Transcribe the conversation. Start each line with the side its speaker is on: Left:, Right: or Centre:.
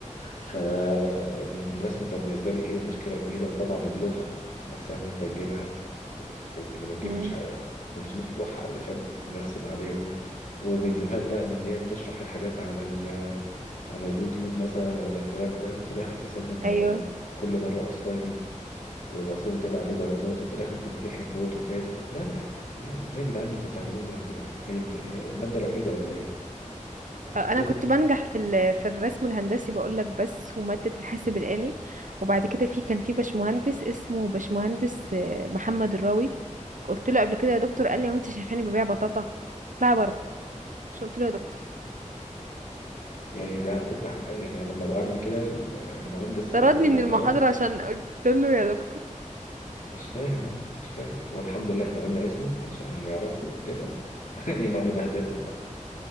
Left: ف يعني الرسم كان بالنسبه لي ايه مشكله كبيره وطبعا اللوحه نفسها ان انت تجيبها كنا بنجيب
Right: مم.
Left: مش على 500 لوحه علشان نرسم عليهم وفيديوهات بقى من اللي هي بتشرح الحاجات على ال على اليوتيوب مثلا ولا الكلام ده وفي الاخر تسلم
Right: ايوه
Left: آه، كل مره اسايمنت والاسايمنت ده بقى عليه درجات وفي الاخر تمتحن واوتوكاد لا لا لا لا، ايه يا جدعان اللي انتوا بتعملوه ده يا جدعان هي هي الماده الوحيده ولا ايه
Right: آه،
Left: وغير
Right: انا كنت بنجح في ال- في الرسم الهندسي بقول لك بس وماده الحاسب الالي وبعد كده في كان في باشمهندس اسمه باشمهندس آه، محمد الراوي قلت له قبل كده يا دكتور قال لي هو انت شايفاني ببيع بطاطا اطلعي بره مش قلت له يا دكتور
Left: يعني ده على فكرة حق- يعني أنا لما بعمل كده ل- لمهندس أقول
Right: طردني
Left: له
Right: من المحاضره
Left: تمام
Right: عشان قلت له يا دكتور
Left: مش فاهم أهو مش فاهم والحمد لله إحنا قلنا اسمه عشان اللي يعرفه وكده <laughs> يبقى يبهدلنا بقى